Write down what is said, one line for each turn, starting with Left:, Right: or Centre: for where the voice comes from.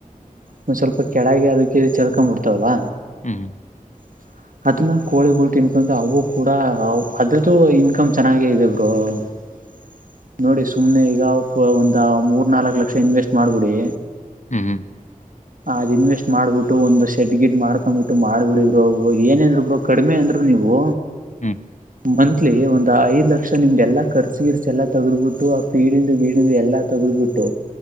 Right: ಒಂದ್ ಸ್ವಲ್ಪ ಕೆಳಗೆ ಅದಕ್ಕೆ ಚರ್ಕೊ ಬಿಡ್ತಾವಲ್ಲ
Left: ಹ್ಮ್
Right: <inaudible> ಅದನ್ನ ಕೋಳಿಗಳು ತಿನ್ಕೊಂಡ ಅವು ಕೂಡ ಅದ್ರದ್ದು ಇನ್ಕಮ್ ಚೆನ್ನಾಗೇ ಇದೆ ಬರು <inaudible> ನೋಡಿ ಸುಮ್ನೆ ಈಗ ಒಂದು ಮೂರ್ನಾಾಲ್ಕು ಲಕ್ಷ ಇನ್ವೆಸ್ಟ್ ಮಾಡ್ಬಿಡಿ
Left: ಹ್ಮ ಹ್ಮ
Right: ಅದ್ನ್ವೆಸ್ಟ್ ಮಾಡ್ಬಿಟ್ಟು ಒಂದ್ ಶೆಡ್ ಗಿಡ್ ಮಾಡ್ಕೊಂಡ್ಬಿಟ್ಟು ಮಾಡ್ಬಿಡಿಬ್ರೋ ಏನೇಂದ್ರು ಬ್ರೋ ಕಡಿಮೆ ಅಂದ್ರು ನೀವು
Left: ಹ್ಮ್ ಹ್ಮ್ ಹ್ಮ್ ಹ್ಮ್
Right: ಮಂತ್ಲಿ ಒಂದ್ ಐದ್ ಲಕ್ಷ ನಿಮ್ಗೆ ಎಲ್ಲ ಖರ್ಚಿಗಿರ್ಸ ಎಲ್ಲಾ ತಗದ್ಬಿಟ್ಟು ಆ ಫೀಡಂದು ಗೀಡ ಎಲ್ಲಾ ತಗಲ್್ಬಿಟ್ಟು